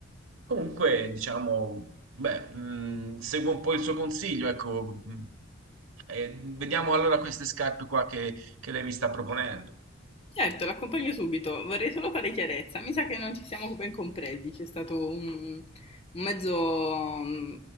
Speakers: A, on the right (about 80°); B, on the left (about 30°).
A: comunque, diciamo, beh, mh, seguo un po' il suo consiglio, ecco, mh, e vediamo allora queste scarpe qua che che lei mi sta proponendo.
B: Certo, l'accompagno subito. Vorrei solo fare chiarezza. Mi sa che non ci siamo ben compresi. C'è stato un, un mezzo, mm,